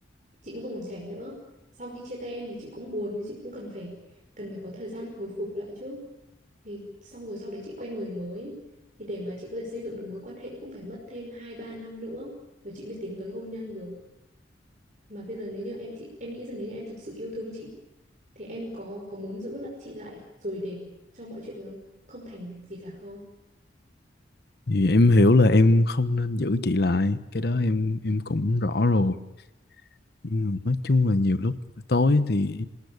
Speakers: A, on the right (about 40°); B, on the left (about 55°).
A: chị cũng không còn trẻ nữa. Sau khi chia tay em thì chị cũng buồn nhưng chị cũng cần phải cần phải có thời gian hồi phục lại chứ. Thì xong rồi sau đấy chị quen người mới. Thì để mà chị có thể xây dựng được mối quan hệ cũng phải mất thêm 2 3 năm nữa rồi chị mới tiến tới hôn nhân được mà bây giờ nếu như em chị em nghĩ rằng nếu như em thực sự yêu thương chị thì em có có muốn giữ lại chị lại rồi để cho mọi chuyện nó không thành gì cả không
B: thì em hiểu là em không nên giữ chị lại cái đó em em cũng rõ rồi nhưng mà nói chung là nhiều lúc buổi tối thì